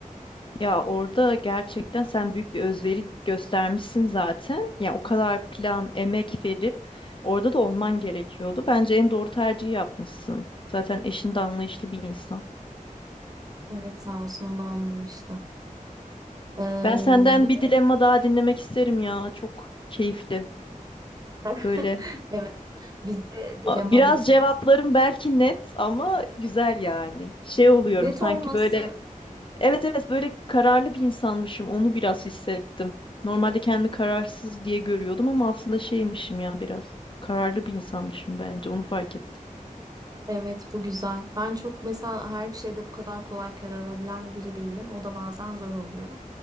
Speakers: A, on the left; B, on the right.
A: Ya orada gerçekten sen büyük bir özveri göstermişsin zaten. Ya o kadar plan, emek verip orada da olman gerekiyordu. Bence en doğru tercihi yapmışsın. Zaten eşin de anlayışlı bir insan.
B: Evet sağ olsun o da anlamıştı. Ee,
A: Ben senden
B: bir
A: bir
B: de
A: dilemma daha dinlemek isterim ya. Çok keyifli.
B: <laughs>
A: Böyle
B: evet bizde dilema
A: a- biraz
B: bitmez.
A: cevaplarım belki net ama güzel yani. Şey oluyorum
B: Net
A: sanki
B: olması
A: böyle Evet evet böyle kararlı bir insanmışım. Onu biraz hissettim. Normalde kendimi kararsız diye görüyordum ama aslında şeymişim ya biraz. Kararlı bir insanmışım bence. Onu fark ettim.
B: Evet bu güzel. Ben çok mesela her şeyde bu kadar kolay karar alabilen biri değilim. O da bazen zor oluyor.